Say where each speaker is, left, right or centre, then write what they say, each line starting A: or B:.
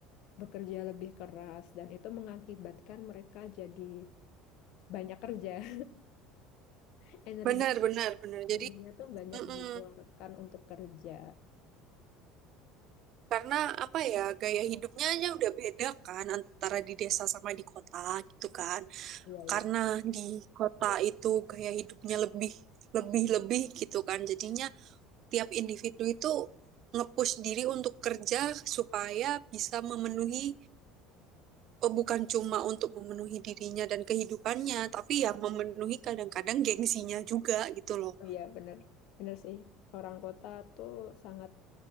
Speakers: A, on the left; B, on the right.
A: bekerja lebih keras dan itu mengakibatkan mereka jadi banyak kerja. <laughs> Energi
B: benar, benar, benar. Jadi,
A: energinya tuh banyak
B: mm-mm.
A: dikeluarkan untuk kerja.
B: Karena apa ya, gaya hidupnya aja udah beda kan antara di desa sama di kota gitu kan.
A: Iya, iya.
B: Karena di kota itu gaya hidupnya lebih, lebih, lebih gitu kan. Jadinya tiap individu itu ngepush diri untuk kerja supaya bisa memenuhi, oh, bukan cuma untuk memenuhi dirinya dan kehidupannya, tapi ya memenuhi kadang-kadang gengsinya juga gitu loh.
A: Oh iya, bener. Bener sih. Orang kota tuh sangat,